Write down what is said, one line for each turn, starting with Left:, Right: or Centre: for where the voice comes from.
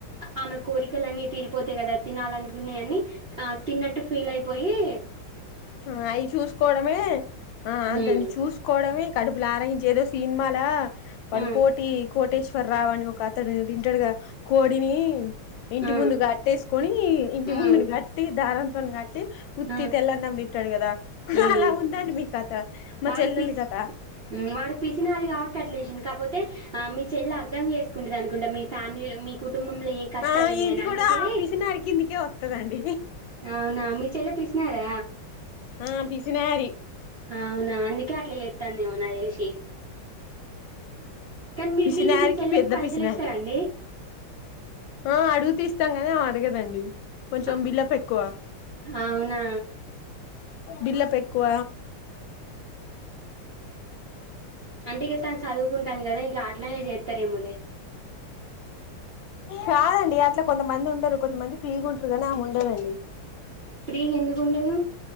Right: ఆమె కోరికలు అన్నిీ తిరిపోతా కదా తినాలనుకున్నాయని ఆ తన్నట్టు పలయిపోయి
Left: ఆ అవి చూసుకోవడమే ఆ అ
Right: హ్మ్.
Left: దాన్ని చూసుకోవడమే కడుపులు ఆరగించే ఏదొస్త సినిమాాల పడుకోటి
Right: హ్మ్.
Left: కోటి వెంటేశ్వర రావు అని ఒక అతడు తింటాడుగా కోడిని ఇంటి
Right: ఆ!
Left: ముందు కట్టేసుకుని ఇంటి
Right: హ్మ్.
Left: ముందుని కట్టి దన తొన్నాటి ఉతీతెల్లార్
Right: ఆ!
Left: నందిన్ ఉంటడు కదా
Right: హ్మ్.
Left: అలా ఉందండి మీ కథ మా
Right: వాడు
Left: చెల్లెలి
Right: పిస్
Left: కథ
Right: హ్మ్. వాడు పిసినారి కాబట్టి అట్లా చేసిండు. కాపోతే ఆ మీ చెల్లి అర్థం చేసుకుంటుంది అనుకుంట మీ ఫ్యామిలీలో మీ కుటుంబంలో ఏ కష్టాలున్నాయని.
Left: ఆ ఇది కూడా
Right: అందుకే
Left: పిసినారి కిందికే వతదండి
Right: అవునా మీచెల్లి పిసినారా
Left: ఆ పిసినారి
Right: అవు అందుకే అట్లా చెత్తందేమో నాకు తెలిసి కానీ మీ
Left: పిసినారికి
Right: మీరు మీ చెల్లకి
Left: పెద్ద
Right: పైసలు
Left: పిసినారి
Right: ఇస్తారండి
Left: ఆ అడుగుతే ఇస్తాం కని అడగదండి కొంచం
Right: అ
Left: బిల్డప్ ఎక్కువ
Right: అవునా!
Left: బిల్డప్ పెక్కువ
Right: అంటె ఇగ తను చదువుకుంటాది కదా అట్లానే చేతారెమోలే
Left: కాదండి అట్లా కొంతమంది ఉంటారు కొంతమంది ఫ్రీగుంటారు గానీ ఆమె ఉండదండి
Right: ఫ్రీ గా ఎందుకుండదు